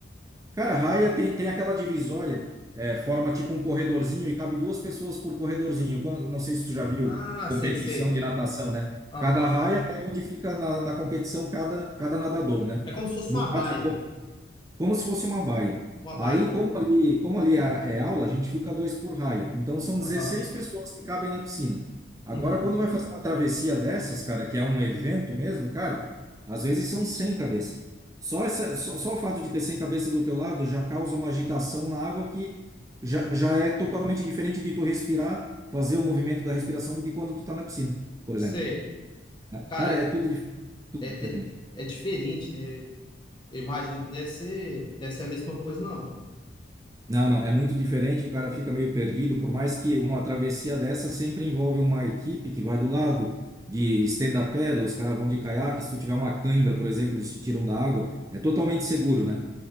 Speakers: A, on the right; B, on the left.
A: Cara, a raia tem, tem aquela divisória, é, forma tipo um corredorzinho e cabe duas pessoas por corredorzinho. Quan- Não sei se tu já viu
B: Ah,
A: competição
B: sei, sei.
A: de natação, né?
B: Aham.
A: Cada raia é onde fica na, na competição cada, cada nadador, né?
B: É como se fosse
A: No
B: uma
A: caso,
B: baia.
A: como se fosse uma baia.
B: Uma baia
A: Aí,
B: do.
A: como ali, como ali a- é aula, a gente fica dois por raia. Então, são
B: Aham.
A: 16 pessoas que cabem na piscina. Agora,
B: Uhum.
A: quando vai fazer uma travessia dessas, cara, que é um evento mesmo, cara, às vezes são 100 cabeças. Só, essa, só, só o fato de ter 100 cabeças do teu lado já causa uma agitação na água que já,
B: Uhum.
A: já é totalmente diferente de tu respirar, fazer o movimento da respiração do que quando tu tá na piscina, por
B: Sei.
A: exemplo. né?
B: Cara,
A: Cara, é tudo, dif- tudo
B: é,
A: diferente.
B: é, é diferente, né? Eu imagino que não deve ser, deve ser a mesma coisa, não.
A: Não, não, é muito diferente, o cara fica meio perdido, por mais que uma travessia dessa sempre envolve uma equipe que vai do lado de stand-up paddle, os caras vão de caiaque, se tu tiver uma cãibra, por exemplo, eles te tiram da água, é totalmente seguro, né?